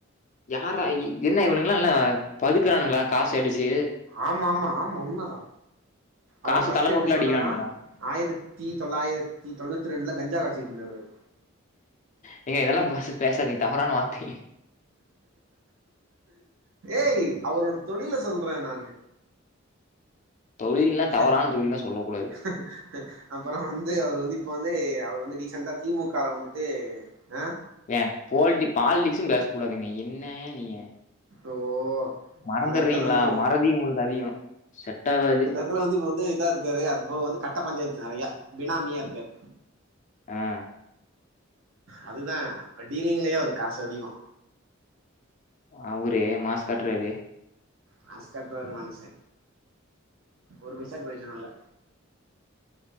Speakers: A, on the left; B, on the right.
A: யார்ரா எ என்ன இவுகனுங்களா என்ன பதுக்றானுங்களா காசு அடிச்சு
B: ஆமா ஆமா ஆமா உண்மதா
A: காசு
B: அவரு ஃபர்ஸ்ட்
A: கள்ள நோட்லாம்
B: எப்டி சொல்ராருனா
A: அடிக்கிறானுங்களா?
B: ஆயிரத்தி தொள்ளாயிரத்தி தொண்ணூத் ரெண்டுல கஞ்சா காய்ச்ட்டு இருந்தாரு அவுரு
A: நீங்க இதெல்லா பஸ்ட் பேசாதீங்க தவறான வார்த்தைங்க
B: ஏய் அவரோட தொழில சொல்றே நானூ
A: தொழில்லாம்
B: க்க
A: தவறான
B: இக்கக
A: தொழில்லாம் சொல்லக்கூடாது.
B: இக அப்புறோ வந்து அவரு வந்து இப்ப வந்து அவரு வந்து ரீசண்டா திமுகால வந்துட்டு அ
A: ஏ போல்டி பாலிடிக்ஸூ பேச கூடாதுங்க என்ன நீங்க
B: ஓ
A: மறந்துடுறீங்களா
B: அந்த எடத்துல வந்து
A: மறதி ஒங்களுக்கு அதிகோ செட் ஆவாது
B: அதுல வந்து இப்ப வந்து இதா இருக்காரு அதுப்போக வந்து கட்ட பஞ்சாய்த்து நெறயா பினாமியா இருக்காரு
A: ஆ
B: அதுதா டீலிங்லயே அவரு காசு அதிகோ
A: அவுரே மாஸ் காட்றாரே
B: மாஸ் காட்வாரு மனச ஒரு பைசாக்கு ப்ரயோசனமில்ல